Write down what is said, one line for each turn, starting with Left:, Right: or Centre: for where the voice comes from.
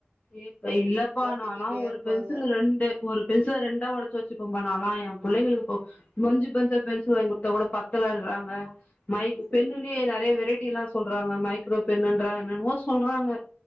Left: ஏப்பா இல்லப்பா நா
Right: திட்டிட்டே
Left: லா ஒரு
Right: இருப்பாங்க
Left: பென்சில ரெண்டு ஒரு பென்சில ரெண்டு டா ஒடச்சு வச்சுப்ப பா நாலா ஏ புள்ளைங்களுக்கு இப்ப பஞ்சு பஞ்சா பென்சில் வாங்கி குடுத்தா கூட பத்தலன்ட்றாங்க மைக்
Right: சேரி
Left: பென்லயே
Right: சேரி
Left: நெறைய வெரைட்டி எல்லா சொல்றாங்க மை க்ரோ பென்னுன்றா என்னனமோ சொல்றாங்க